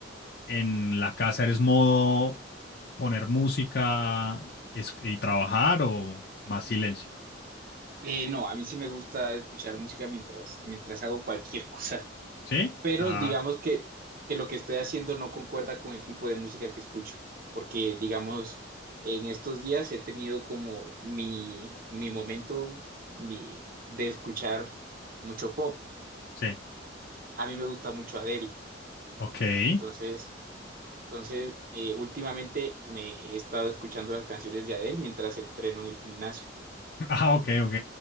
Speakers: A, on the left; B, on the right.
A: en la casa, ¿eres modo poner música y, es- y trabajar o más silencio?
B: Eh, no, a mí sí me gusta escuchar música mientras, mientras hago cualquier <laughs> cosa.
A: ¿Sí?
B: pero
A: Ah,
B: digamos que, que lo que estoy haciendo no concuerda con el tipo de música que escucho, porque digamos, en estos días he tenido como mi, mi momento mi, de escuchar mucho pop.
A: sí.
B: A mí me gusta mucho Adele,
A: Ok. <laughs>
B: entonces, entonces eh, últimamente me he estado escuchando las canciones de Adele mientras entreno en el gimnasio.
A: Ah, ok, ok.